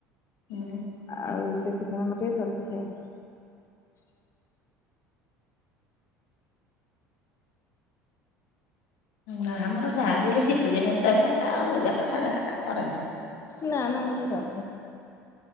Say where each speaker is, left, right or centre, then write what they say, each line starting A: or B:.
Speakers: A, on the left (about 60°); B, on the left (about 35°).
A: ହୁଁ
B: ଆଉ ସେଥିପାଇଁ ଆମର ଟିକେ ଜଲଦି ଖାଇବା।
A: ନା ଆମର ଯାହାବି ହେଲେ ଶୀତ ଦିନରେ ତ ଏଗାରଟା ଆଉ, ଏଗାରଟା ସାଢେ, ଏଗାରଟା। ଖରା ଦିନ
B: ନା, ନା ଆମର ଜଲଦି।